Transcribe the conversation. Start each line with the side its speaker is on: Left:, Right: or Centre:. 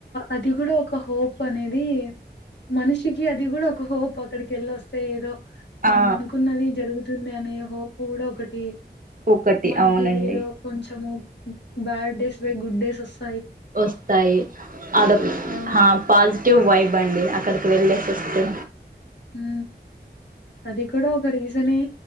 Left: అది కూడా ఒక హోప్ అనేది మనిషికి అది కూడా ఒక హోప్ అక్కడికిెళ్ళ వస్తే ఏదో మనం
Right: ఆ!
Left: అనుకున్నది జరుగుతుంది అనే హోప్ కూడా ఒకటి
Right: ఒకటి
Left: మనకి
Right: అవునండి.
Left: ఏదో కొంచము bad days by good days వస్త
Right: వస్తాయి అదొ
Left: ఆ
Right: పాజిటివ్ వైబ్ అండి అక్కడ వెలిసివస్తే
Left: ఉ అది కూడా ఒక రీజనే